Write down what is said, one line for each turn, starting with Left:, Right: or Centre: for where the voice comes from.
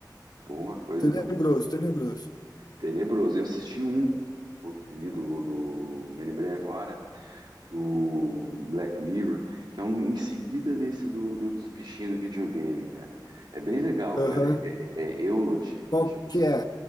Right: Boa coisa
Left: Tenebroso,
Right: não é.
Left: tenebroso.
Right: Tenebroso. Eu assisti um, o- ali do, do... Me lembrei agora, do Black Mirror, que é um em seguida desse do, do- dos bichinhos do videogame, cara. É bem legal,
Left: Aham.
Right: cara. É, é Eulogy,
Left: Qual
Right: chama-se.
Left: que é?